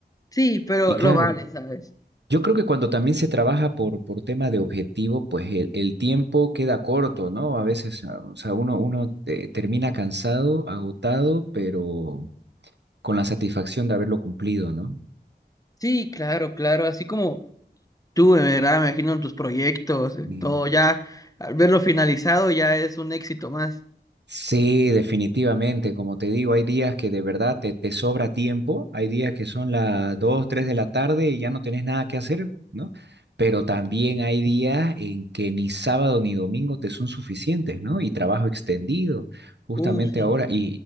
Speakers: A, on the left (about 20°); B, on the right (about 80°).
A: Sí, pero
B: Y
A: lo
B: claro,
A: vale, ¿sabes?
B: yo creo que cuando también se trabaja por, por tema de objetivo, pues el, el tiempo queda corto, ¿no? A veces, ah, o sea, uno, uno eh, termina cansado, agotado, pero con la satisfacción de haberlo cumplido, ¿no?
A: Sí, claro, claro, así como tú, de verdad, me imagino en tus proyectos, en
B: Mm.
A: todo, ya, al verlo finalizado ya es un éxito más.
B: Sí, definitivamente. Como te digo, hay días que de verdad te, te sobra tiempo, hay días que son las 2, 3 de la tarde y ya no tenés nada que hacer, ¿no? Pero también hay días en que ni sábado ni domingo te son suficientes, ¿no? Y trabajo extendido, justamente
A: Uh, sí.
B: ahora. Y,